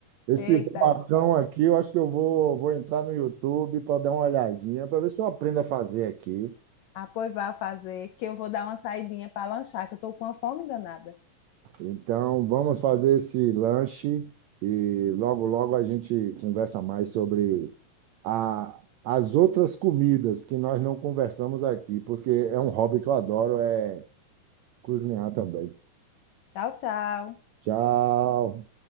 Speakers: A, on the right; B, on the left.
A: Esse
B: Eita,
A: rubacão aqui, eu acho que eu vou, vou entrar no YouTube para dar uma olhadinha, para ver se eu aprendo a fazer aqui.
B: Ah, pois vá fazer, que eu vou dar uma saidinha para lanchar, que eu estou com uma fome danada.
A: Então, vamos fazer esse lanche e logo, logo a gente conversa mais sobre a, as outras comidas que nós não conversamos aqui, porque é um hobby que eu adoro, é cozinhar também.
B: Tchau, tchau.
A: Tchau!